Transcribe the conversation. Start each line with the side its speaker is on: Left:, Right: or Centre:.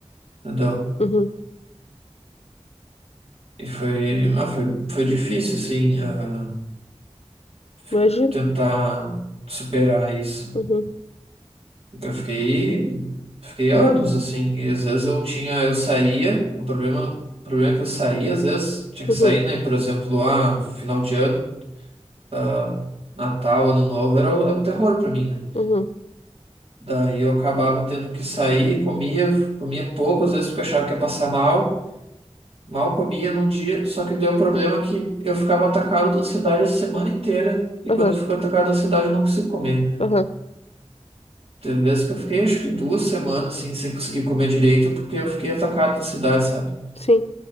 Right: entendeu?
Left: Uhum.
Right: E foi, ah, foi, foi difícil, assim. ah, f-
Left: Imagino.
Right: tentar superar isso.
Left: Uhum.
Right: Eu fiquei, fiquei anos assim, e às vezes eu tinha, eu saía, o problema, o problema é que eu saía, às vezes tinha
Left: Uhum.
Right: que sair, né? Por exemplo, ah, final de ano, ah, Natal, Ano Novo, era o, era o terror pra mim, né?
Left: Uhum.
Right: Daí eu acabava tendo que sair, comia, comia pouco, às vezes porque eu achava que ia passar mal, mal comia num dia, só que deu o problema é que eu ficava atacado da ansiedade a semana inteira, e quando
Left: Aham.
Right: eu fico atacado da ansiedade eu não consigo comer.
Left: Aham.
Right: Teve vezes que eu fiquei acho que duas semanas assim, sem conseguir comer direito, porque eu fiquei atacado da cidade, sabe?
Left: Sim.